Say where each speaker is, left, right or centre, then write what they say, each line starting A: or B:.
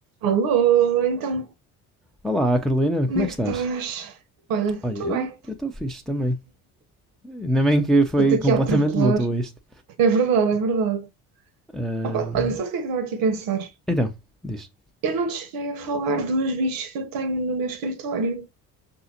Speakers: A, on the right; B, in the centre.
A: Alô, então,
B: Olá, Carolina,
A: como
B: como
A: é
B: é
A: que
B: que estás?
A: estás? Olha, estou
B: Olha, eu
A: bem,
B: estou fixe também. Ainda bem que foi
A: estou-te aqui
B: completamente
A: a atropelar.
B: mútuo isto.
A: É verdade, é verdade.
B: Ahm,
A: Opa, olha, sabes o que é que estava aqui a pensar?
B: então, diz:
A: Eu não te cheguei a falar dos bichos que eu tenho no meu escritório.